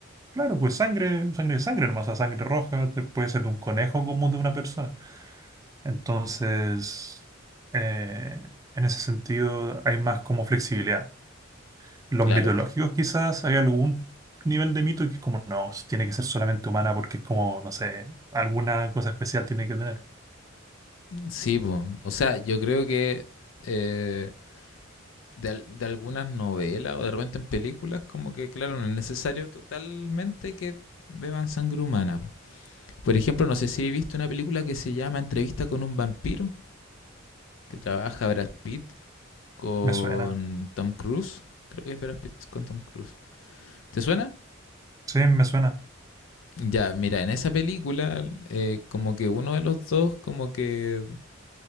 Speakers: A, on the right; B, on the left.
A: claro, pues sangre, sangre es sangre nomás, o sea, sangre roja te- puede ser de un conejo como de una persona. Entonces, eh, en ese sentido hay más como flexibilidad. Los
B: claro,
A: mitológicos quizás hay algún nivel de mito que es como, no, tiene que ser solamente humana porque es como, no sé, alguna cosa especial tiene que tener.
B: sí, pues, o sea, yo creo que eh, de, al- de algunas novelas o de repente en películas, como que, claro, no es necesario totalmente que beban sangre humana. po. Por ejemplo, no sé si he visto una película que se llama Entrevista con un vampiro, que trabaja Brad Pitt con
A: Me suena.
B: Tom Cruise. Creo que es Brad Pitt con Tom Cruise. ¿Te suena?
A: Sí, me suena.
B: Ya, mira, en esa película eh, como que uno de los dos como que